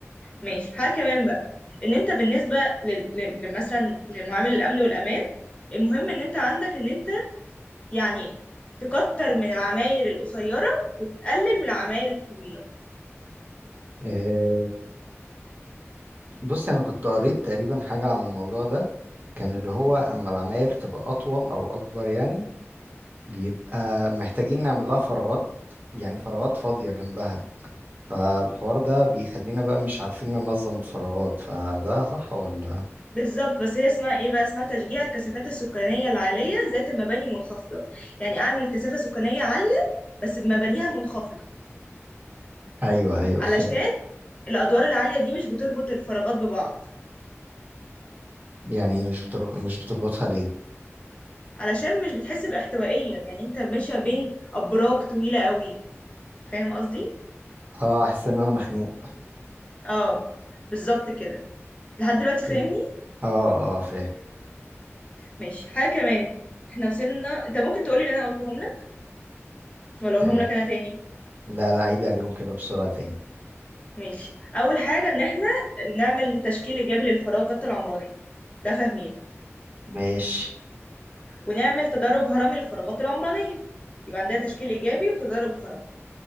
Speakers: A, on the left; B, on the right.
A: ماشي حاجة كمان بقى ان انت بالنسبة لل- لل- مثلا لمعامل الامن والامان المهم ان انت عندك ان انت يعني تكتر من العماير القصيرة وتقلل من العماير الطويلة
B: آه، بص انا كنت قريت تقريبا حاجه عن الموضوع ده كان اللي هو اما العماير تبقى اطول او اكبر يعني بيبقى محتاجين نعمل لها فراغات يعني فراغات فاضيه جنبها فالحوار ده بيخلينا بقى مش عارفين ننظم الفراغات فده صح ولا
A: بالظبط بس هي اسمها ايه بقى اسمها تشجيع الكثافات السكانية العالية ذات المباني المنخفضة يعني اعمل كثافة سكانية عالية بس بمبانيها منخفضة
B: ايوه ايوه
A: علشان
B: فهمت
A: الادوار العالية دي مش بتربط الفراغات ببعض
B: يعني مش بتر... مش بتربطها ليه
A: علشان مش بتحس باحتوائية يعني انت ماشية بين ابراج طويلة قوي فاهم قصدي
B: اه احس ان انا مخنوق
A: اه بالظبط كده لحد دلوقتي فاهمني
B: فهمت. اه اه فاهم
A: ماشي حاجة كمان احنا وصلنا انت ممكن تقولي اللي انا قلتهم لك ولا اقولهم
B: آه.
A: لك انا تاني
B: لا لا عيدي عليهم كده بسرعة تاني
A: ماشي اول حاجة ان احنا نعمل تشكيل ايجابي للفراغات العمرانية ده فاهمينه
B: ماشي
A: ونعمل تدرج هرمي للفراغات العمرانية يبقى عندها تشكيل ايجابي وتدرج هرمي